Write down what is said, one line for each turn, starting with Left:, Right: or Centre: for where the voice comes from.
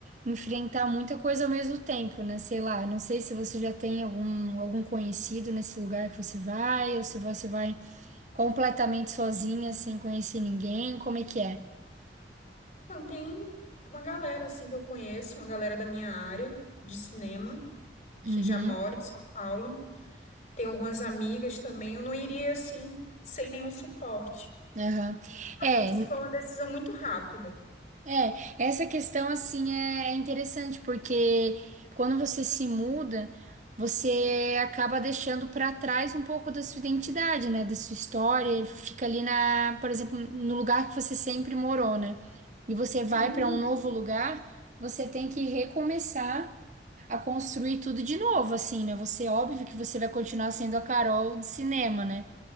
Right: enfrentar muita coisa ao mesmo tempo, né? Sei lá, não sei se você já tem algum, algum conhecido nesse lugar que você vai, ou se você vai Completamente sozinha, sem conhecer ninguém, como é que é?
Left: Então, tem uma galera assim que eu conheço, uma galera da minha área de cinema que
Right: Uhum,
Left: já mora em São Paulo. Tem algumas amigas também. Eu não iria assim sem nenhum suporte.
Right: aham.
Left: Mas
Right: É, n-
Left: foi uma decisão muito rápida.
Right: é, essa questão assim é, é interessante, porque quando você se muda, você acaba deixando para trás um pouco da sua identidade, né? Da sua história, fica ali na, por exemplo, no lugar que você sempre morou, né? E você vai
Left: Sim,
Right: para um novo lugar, você tem que recomeçar a construir tudo de novo, assim, né? Você, óbvio que você vai continuar sendo a Carol do cinema, né?